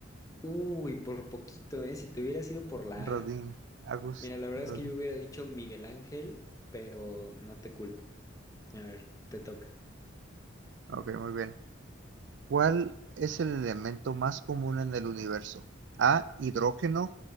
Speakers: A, on the left; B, on the right.
A: Uy, por poquito, ¿eh? Si te hubiera sido por la
B: Rodin,
A: A.
B: August
A: Mira, la verdad
B: Rodin.
A: es que yo hubiera dicho Miguel Ángel, pero no te culpo. A ver, te toca.
B: Ok, muy bien. ¿Cuál es el elemento más común en el universo? A, hidrógeno,